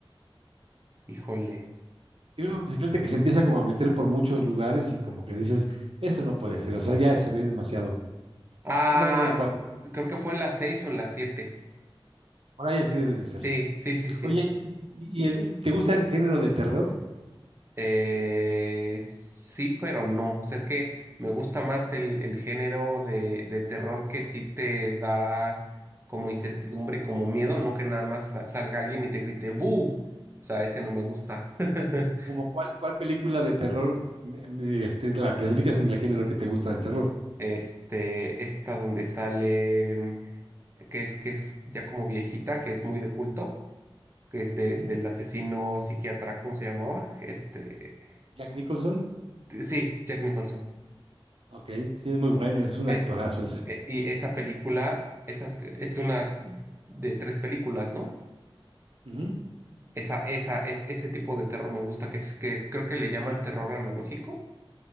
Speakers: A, on the right; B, on the right.
A: híjole.
B: Tiene una motocicleta que se empieza como a meter por muchos lugares y como que dices, eso no puede ser, o sea, ya se ve demasiado.
A: Ah,
B: No me acuerdo en cuándo.
A: creo que fue en la 6 o en la 7.
B: Por ahí así debe de ser.
A: Sí, sí, sí, sí.
B: Oye, ¿y, y el- te gusta el género de terror?
A: Eh, sí, pero no. O sea, es que me gusta más el, el género de, de terror que sí te da como incertidumbre y como miedo, no que nada más sa- salga alguien y te grite ¡Bu! O sea, ese no me gusta. <laughs>
B: ¿Como cuál, cuál película de terror eh, este, la clasificas en el género que te gusta de terror?
A: Este, esta donde sale, mm, que es, que es ya como viejita, que es muy de culto, que es de,
B: Ujú.
A: del asesino psiquiatra, ¿cómo se llamaba? Este,
B: ¿Jack Nicholson?
A: sí, Jack Nicholson.
B: Ok, sí, es muy bueno, es un
A: Es,
B: actorazo ese.
A: E- Y esa película, esas, es una de tres películas, ¿no?
B: Ujú.
A: Esa, esa, es, ese tipo de terror me gusta, que es que creo que le llaman terror analógico,